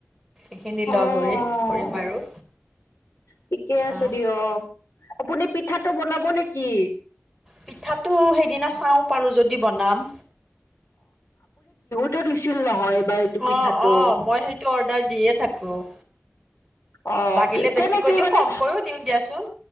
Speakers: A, in the centre; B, on the left.
A: এইখিনি
B: অ',
A: লগ হৈ কৰিম আৰু।
B: ঠিকে আছে
A: অ',
B: দিয়ক। আপুনি পিঠাটো বনাব নেকি?
A: পিঠাটো সেইদিনা চাওঁ পাৰো যদি বনাম।
B: টো দিছিল নহয় বা এইটো পিঠাটো।
A: অঁ অঁ মই সেইটো অৰ্ডাৰ দিয়ে থাকোঁ।
B: অ',
A: লাগিলে
B: কেনেকে
A: বেছিকৈ দিওঁ
B: মানে
A: কমকৈও দিওঁ দিয়াচোন।